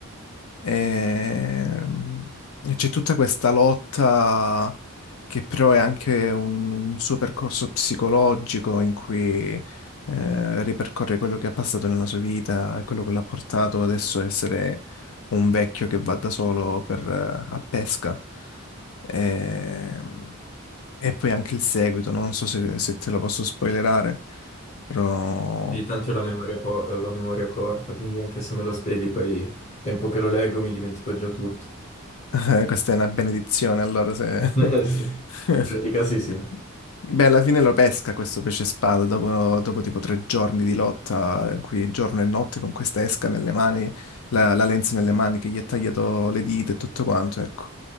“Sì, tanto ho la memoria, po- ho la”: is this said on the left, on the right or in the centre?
Left